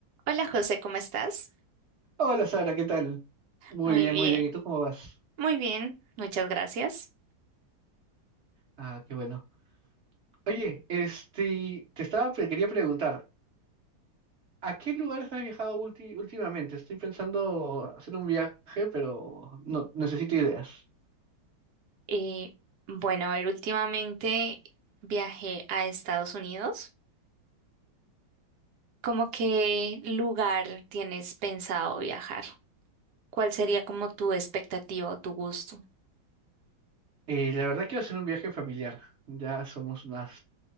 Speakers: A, on the right (about 60°); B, on the right (about 35°).
A: Hola José, ¿cómo estás?
B: Hola Sara, ¿qué tal? Muy
A: Muy
B: bien,
A: bien,
B: muy bien. ¿Y tú cómo vas?
A: muy bien, muchas gracias.
B: Ah, qué bueno. Oye, este, te estaba, pre- quería preguntar, ¿a qué lugares has viajado ulti- últimamente? Estoy pensando hacer un viaje, pero no necesito ideas.
A: Eh, bueno, a ver, últimamente viajé a Estados Unidos. ¿Cómo qué lugar tienes pensado viajar? ¿Cuál sería como tu expectativa o tu gusto?
B: Eh, la verdad quiero hacer un viaje familiar. Ya somos unas